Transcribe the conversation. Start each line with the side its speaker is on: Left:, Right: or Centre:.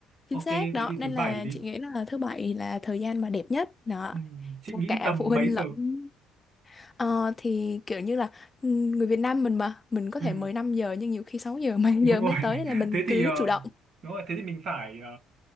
Right: ok
Left: chính xác
Right: thế
Left: đó
Right: thì
Left: nên
Right: thứ bảy
Left: là
Right: đi
Left: chị nghĩ là thứ bảy là thời gian mà đẹp nhất đó
Right: ừ, chị
Left: cho
Right: nghĩ
Left: cả
Right: tầm
Left: phụ huynh
Right: mấy giờ
Left: lẫn Ờ, thì kiểu như là ừ, người Việt Nam mình mà mình có
Right: ừ,
Left: thể mười năm giờ nhưng nhiều khi 6 giờ 7 <laughs>
Right: đúng
Left: giờ
Right: rồi
Left: mới
Right: <laughs>
Left: tới nên là mình
Right: thế thì
Left: cứ
Right: ờ,
Left: chủ động
Right: đúng rồi thế thì mình phải ờ,